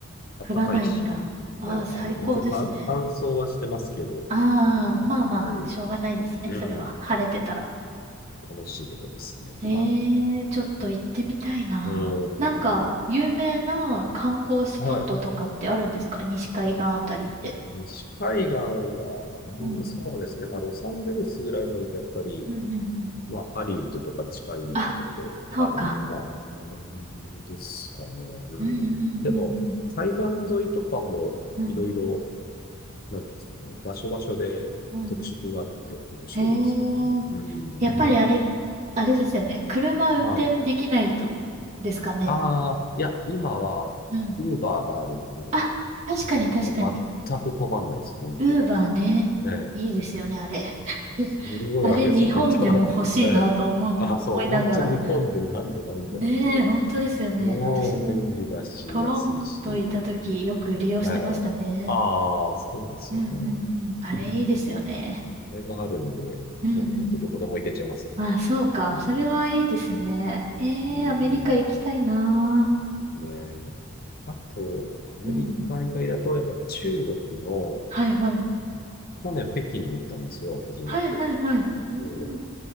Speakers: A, on the left (about 45°); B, on the right (about 30°).
A: あったかいし、
B: 降らないんだ。ああ、
A: ね、あの、
B: 最高ですね。
A: まあ、ちょっと乾乾燥はしてますけど、
B: ああ、
A: うん、
B: まあまあ、
A: すご
B: しょうがないですね、
A: い、
B: それは。
A: うん、
B: 晴れてたら。
A: 楽しいとこですね。
B: ええ、
A: は
B: ちょっと行ってみたいな。
A: い。うん。
B: なんか、有名な観光スポットとかってあるんですか西海岸あたりって。
A: はい。西海岸は、うん、
B: うん、
A: そうですね。まあ、ロサンゼルスぐらいになると、やっぱり、
B: うん、うん、うん。
A: まあ、ハリウッドとか近いところであるんで、
B: あ、そうか。
A: まあ、あの辺ですかね。うん。
B: うん、うん、
A: でも、海岸沿いとかも、
B: うん、
A: いろいろ、
B: うん、
A: なんていうんですかね、場所場所で特色があって面白いですけどね。
B: うん、うん。へえ、
A: うん。
B: やっぱりあれ、あれですよね。車運転できないと、
A: はい。
B: ですかね。
A: ああ、いや、今は、
B: うん。
A: ウーバーがあるんで、
B: あ、確かに確かに。
A: もう全く困んないです、本当。
B: ウーバーね。
A: ええ。
B: いいですよね、あれ。
A: すごい楽ですよ、
B: <laughs> あれ、日本でも欲しいなと思う、
A: 本当。<laughs> ええ。あ、
B: 思いながら。
A: そう、本当日本でなんでないんだろうっていうぐらい。
B: ねえ、本当ですよね。
A: もう、
B: 私も
A: 便利だし、
B: トロント行った時よく利用してましたね。
A: 安いし。ええ。ああ、そうですよね。
B: うんうんうん。あれいいですよね。
A: うん、これがあるんで、
B: うんうん
A: もう本当どこでも行けちゃいますね。
B: うん。あ、そうか。
A: うん。
B: それはいいですね。ええ、
A: うん。
B: アメリカ行きたいな
A: ねえ。あと、アメリカ以外だと、
B: ぁ。うん。
A: やっぱ中国の、
B: はいはい。
A: 去年北京に行ったんですよ、初めて。
B: はいはいはい。うん。
A: そう。